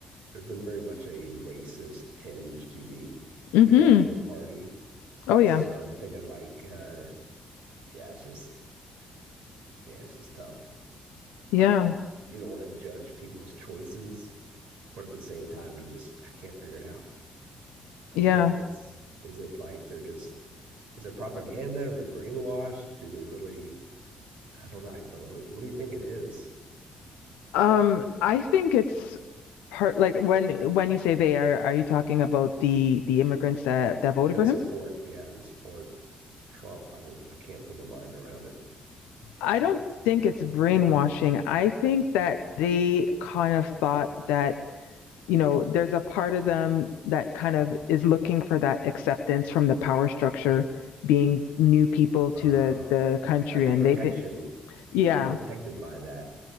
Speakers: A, on the right (about 60°); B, on the left (about 70°).
A: there's been very much a racist tinge to the
B: Mm-hmm.
A: Republican Party.
B: Oh yeah,
A: So I'm thinking like, uh, yeah, it's just yeah, it's just tough.
B: yeah.
A: Um, you don't want to judge people's choices, but at the same time, you just I can't figure it out. I'm
B: Yeah.
A: thinking, what's is it like they're just is it propaganda? Are they brainwashed? Do they really? I don't know. I don't really. What do you think it is?
B: Um, I think it's part like when when you say they are, are you talking about the the immigrants that that voted
A: that
B: for
A: support,
B: him?
A: yeah, that support Trump. I don't, I can't put my mind around it.
B: I don't think it's brainwashing. I think that they kind of thought that, you know, there's a part of them that kind of is looking for that acceptance from the power structure, being new people
A: Uh,
B: to the the country,
A: like a
B: and
A: protection,
B: they think, yeah,
A: they're protected by that.